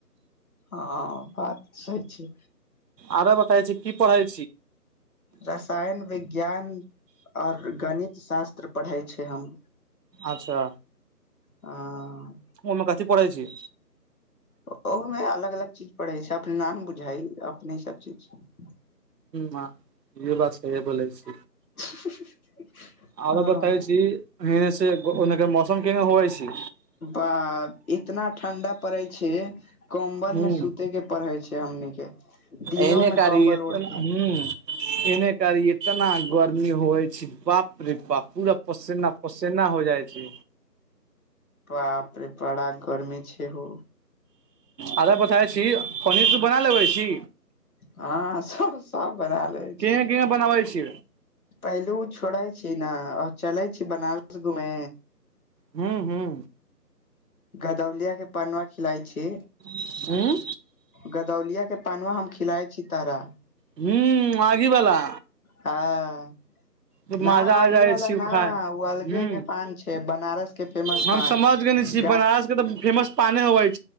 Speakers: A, on the left; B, on the right.
A: हाँ बात सहि छै
B: आरे बताै छी कि पढ़ाई
A: रसायन विज्ञान ज्ञान आर गणित शास्त्र पढ़ै छै हम
B: अच्छा
A: हँ
B: ओ मे कथी पढ़ै छी
A: ओहो में अलग अलग चीज पढ़ै छै अप नाम बुझाइ अपने सब चीज छै
B: हु आ सहिए बोलै छै
A: <inaudible>
B: आरो
A: हँ
B: बतैबे छी एने से उने मौसम के होइ छै
A: बा इतना ठंडा पड़े छै कम्बल
B: ह
A: में सुते के पड़े छै हमनी कऽ के दिनो
B: एने
A: में
B: कारी
A: कम्बल
B: ई
A: ओढ़
B: ह
A: के
B: एने करी इतना गर्मी होइ छै बाप रे बाप पूरा पसेना पसेना हो जाइ छी
A: बाप रे बड़ा गर्मी छै हौ
B: आधा बताय छी पनीर तू बना लेबै छी
A: हँ सब सब बना ले
B: केहन
A: छी
B: केहन बनाबै छी
A: पहिलुज छोड़े छी न आ चले छी बनारस घूमे
B: हुँ हुँ
A: गदौलिया के पनवा खिलाइ छी
B: हँ
A: गदौलिया के पानबा हम खिलााय छी तोरा
B: ह्मं आगीबला
A: हँ
B: तऽ
A: ना
B: मज़ा
A: आगी
B: आ जाइ
A: वाला
B: छी
A: ना
B: उ खाए
A: ओ अलगे
B: ह
A: के पान छै बनारस के फेमस
B: हम
A: पान
B: समझ गेल
A: गा
B: बनारस के तऽ फेमस पाने होव छै